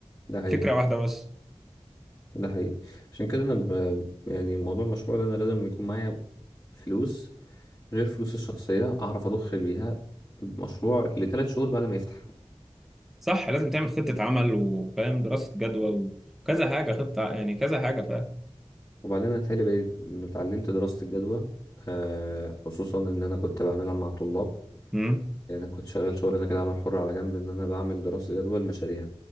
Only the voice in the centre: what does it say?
فكره واحده بس
صح لازم تعمل خطه عمل وفاهم دراسه جدوى وكذا حاجه خطه يعني كذا حاجه فاهم
امم